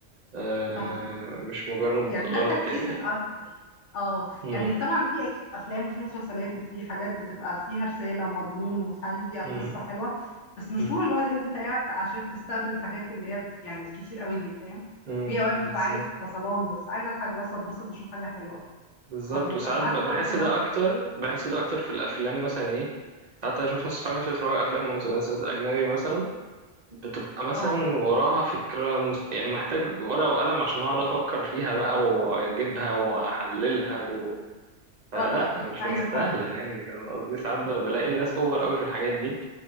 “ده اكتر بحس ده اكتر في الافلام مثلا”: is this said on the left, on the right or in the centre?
Right